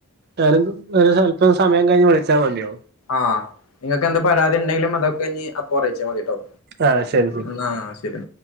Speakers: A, on the right (about 50°); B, on the left (about 85°).
A: ഞാന് ഒരു സ്വല്ം സമയം കഴിഞ്ഞ് വിളിച്ചാൽ മതിയോ
B: ആഹ് നിങ്ങക്ക് എന്താ പരാതി ഉണ്ടെങ്കിലും അതൊക്കെ കഴിഞ്ഞ് കുറയിച്ചേ മതിട്ടോ
A: ആഹ് ശരി ശരി
B: എന്നാ ശരി